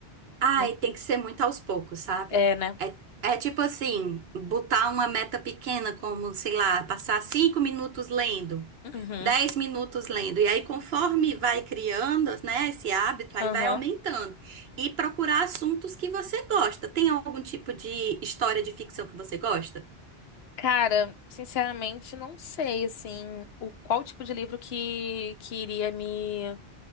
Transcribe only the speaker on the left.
Não.
É, né?
Uhum,
aham.
Cara, sinceramente, não sei, assim, o qual tipo de livro que, que iria me,